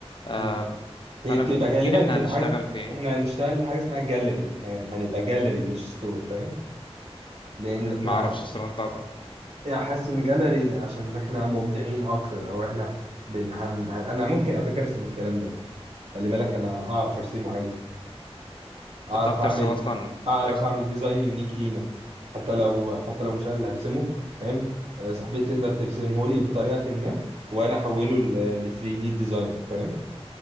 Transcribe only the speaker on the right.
مم.
هي بتبقى
غالبا
بتبقى
حاجه
احنا هنشتغل حاجه اسمها جاليري هنبقى جاليري مش ستور فاهم لان
احنا
يعني حاسس ان جاليري عشان احنا مبدعين اكتر او احنا بن... هن... هن... انا ممكن على فكره ارسم الكلام ده خلي بالك انا اعرف ارسمه عادي
اعرف
اعمل
اعرف
اعمل ديزاين يونيك لينا حتى لو حتى لو مش انا اللي هرسمه فاهم آه، صاحبتي تقدر ترسمه لي بطريقه ما وانا احوله ل 3 دي ديزاين فاهم